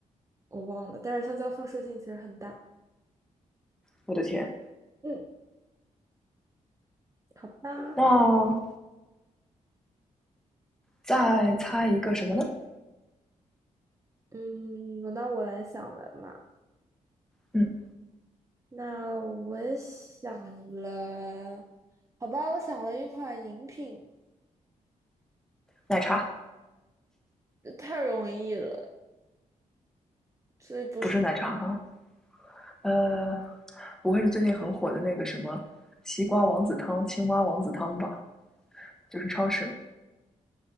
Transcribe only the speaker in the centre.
我的天！
那再猜一个什么呢？
嗯，
奶茶
不是奶茶哈，呃，不会是最近很火的那个什么西瓜王子汤、青蛙王子汤吧？就是超市